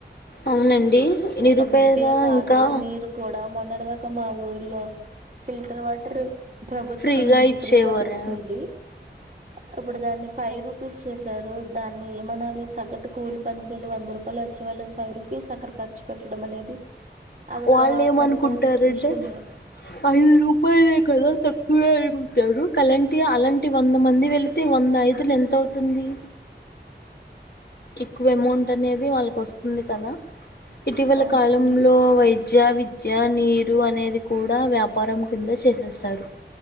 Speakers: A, on the left (about 60°); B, on the right (about 40°).
A: అవునండి నిరుపేద
B: ఒక విద్య కాదు
A: ఇంకా
B: నీరు కూడా మొన్నటి దాక మా ఊర్లో ఫిల్టర్ వాటర్ ప్రభుత్వం
A: ఫ్రీగా ఇచ్చేవారు
B: ఫ్రీగా పిచ్చింది అప్పుడు దాన్ని ఫైవ్ రుపీస్ ప్పస్ చేసారు దాన్ని ఏమనాలి సగటు కూలి పనికి వెళ్ళి వంద రూపాయలు వచ్చే వాళ్ళకి ఫైవ్ రూపీస్ ఫీజు అక్కడ ఖర్చు పెట్టడం అనేది అదొక
A: వాళ్ళు ఏమనుకుంటారంటే
B: పెద్ద విషయమే
A: ఐదు రూపాయలే కదా తక్కువే అను కుంటారు కలాంటి అలాంటి వంద మంది వెలితే వెలితే వంద ఐదులు ఎంత అవుతుంది ఎక్కువ అమౌంట్ అనేది వాళ్ళకి వస్తుంది కదా ఇటీవల
B: అవునండి
A: కాలంలో వైద్య విద్య విద్య నీరు అనేది కూడా వ్యాపారం కింద చేసేసారు